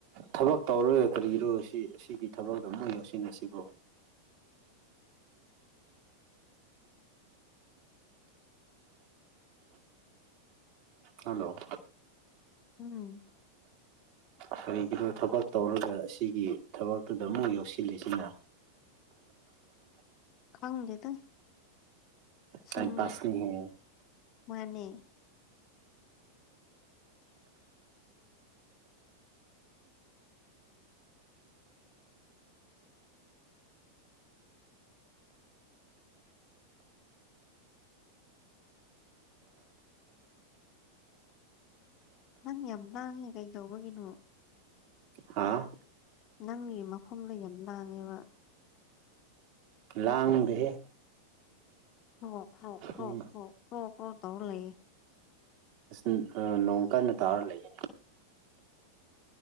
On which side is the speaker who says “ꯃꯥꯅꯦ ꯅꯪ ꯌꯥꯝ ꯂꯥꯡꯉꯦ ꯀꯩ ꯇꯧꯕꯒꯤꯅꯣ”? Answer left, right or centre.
Left